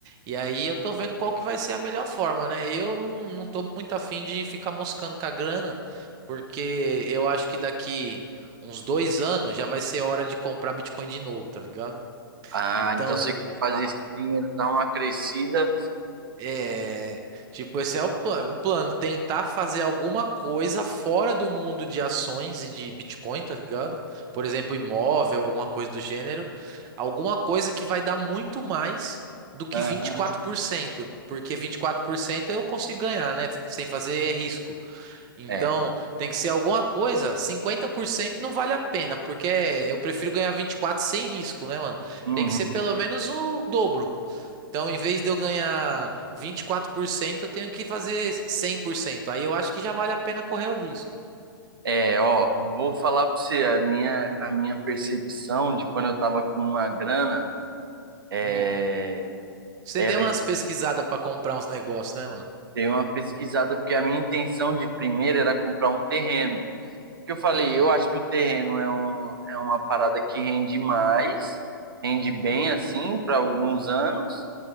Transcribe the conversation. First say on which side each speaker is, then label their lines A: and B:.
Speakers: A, on the right; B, on the right.
A: e aí eu tô vendo qual que vai ser a melhor forma, né? Eu não, não tô muito afim de ficar moscando com a grana, porque eu acho que daqui uns dois anos já vai ser hora de comprar Bitcoin de novo, tá ligado?
B: Ah,
A: Então,
B: então você quer fazer
A: a-
B: esse dinheiro dar uma crescida?
A: é, tipo, esse é o plano. O plano, tentar fazer alguma coisa fora do mundo de ações e de Bitcoin, tá ligado? Por exemplo, imóvel, alguma coisa do gênero. Alguma coisa que vai dar muito mais do que
B: Ah,
A: vinte e quatro por cento Porque 24% eu consigo ganhar, né? Sem fazer risco. Então,
B: é.
A: tem que ser alguma coisa. cinquenta por cento não vale a pena, porque eu prefiro ganhar 24 sem risco, né, mano?
B: Uhum.
A: Tem que ser pelo menos o dobro. Então, em vez de eu ganhar 24%, eu tenho que fazer 100%. Aí eu acho que já vale a pena correr o risco.
B: É, ó, vou falar para você a minha, a minha percepção de quando eu tava com uma grana, é,
A: Hum. Você
B: era
A: deu umas pesquisadas para comprar uns negócios, né, mano?
B: ter uma pesquisada, porque a minha intenção de primeiro era comprar um terreno. Que eu falei,
A: Hum,
B: eu acho que o terreno é, um, é uma parada que rende mais, rende bem assim para alguns anos,